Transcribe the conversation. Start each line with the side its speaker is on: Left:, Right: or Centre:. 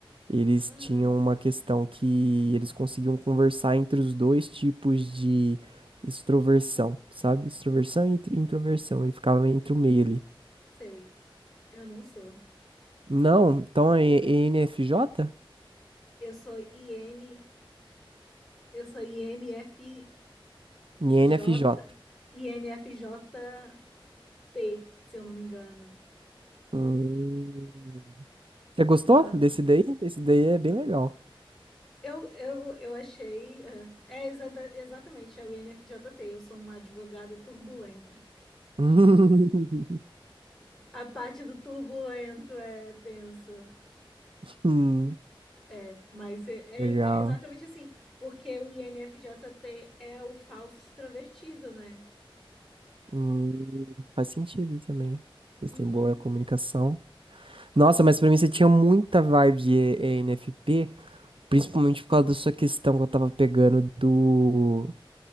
Right: Eles
Centre: Ah,
Right: tinham uma questão que eles conseguiam conversar entre os dois tipos de extroversão, sabe? Extroversão e intro- introversão. Ele ficava entre o meio ali.
Centre: sei. Eu não sou.
Right: Não, então é ENFJ?
Centre: Eu sou IN, eu sou INF,
Right: ENFJ.
Centre: J-INFJT, se eu não me engano.
Right: Hum. Você gostou
Centre: Ah,
Right: desse daí? Esse daí é bem legal.
Centre: eu, eu, eu achei. ah, É, exata- exatamente, é o INFJT. Eu sou uma advogada turbulenta.
Right: <laughs>
Centre: A parte do turbulento é tensa.
Right: Hum,
Centre: É, mas é,
Right: legal.
Centre: é- é exatamente assim. Porque o INFJT é o falso extrovertido, né?
Right: Hum, faz sentido também. Vocês
Centre: Uhum.
Right: têm boa comunicação. Nossa,
Centre: Isso.
Right: mas pra mim você tinha muita vibe de E- ENFP, principalmente por causa da sua questão que eu tava pegando do,